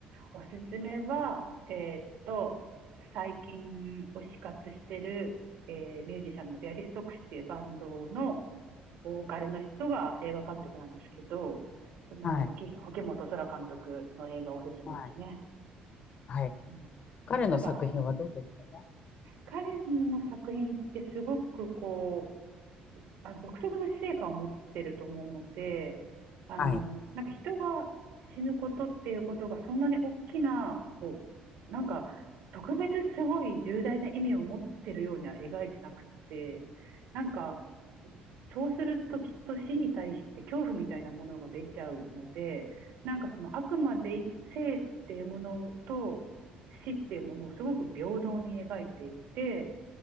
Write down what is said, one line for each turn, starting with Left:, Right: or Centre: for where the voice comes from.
Right: おすすめは、えーっと、最近推し活してる、えーミュージシャンのビアリストックスっていうバンドのボーカルの人が映画監督なんですけど、その、
Left: はい。
Right: ほき保本空監督の映画おすすめですね。
Left: はい。はい。
Right: うん、
Left: 彼の作品はどうですかね
Right: なんか、彼の作品ってすごくこう、あ独特の死生観を持ってると思うので、あの、
Left: はい。
Right: なんか人が死ぬことっていうことがそんなに大きな、こう、なんか特別すごい重大な意味を持ってるようには描いてなくて、なんかそうするときっと死に対して恐怖みたいなものが出ちゃうので、なんかそのあくまで生生っていうものと死っていうものをすごく平等に描いていて、